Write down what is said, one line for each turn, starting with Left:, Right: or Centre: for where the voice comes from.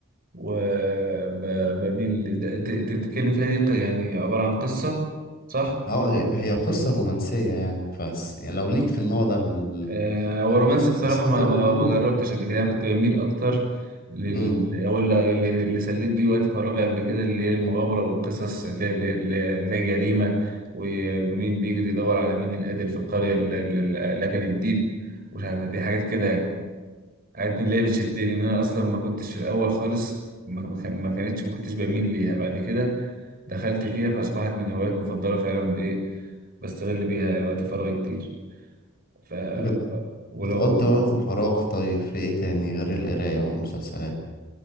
Right: وبميل تتكلم فيها دي ق- يعني عباره عن قصه صح
Left: اه هي هي قصة رومانسية يعني بس يعني لو ليك في النوع ده من ال...
Right: آه، هو رومانسي
Left: قصة
Right: بصراحة
Left: بس انت
Right: ما
Left: بتقول
Right: ما ما جربتش قبل كده أنا كنت بميل أكتر لل
Left: امم
Right: أو اللي اللي سليت بيه وقت فراغي قبل كده اللي هي المغامرة والقصص اللي هي اللي هي اللي هي جريمة ومين بيجري يدور على مين القاتل في القرية اللي اللي اللي أكل الديب مش عارف دي حاجات كده يعني حاجات من اللي هي بتشدني إن أنا أصلا ما كنتش في الأول خالص ما ما- كان- ما كانتش ما كنتش بميل ليها بعد كده دخلت فيها فأصبحت من هوايات مفضلة فعلا إيه بستغل بيها وقت فراغي كتير ف
Left: بت...
Right: ولو
Left: بتقضي وقت مم. فراغ طيب في ايه تاني غير القراية والمسلسلات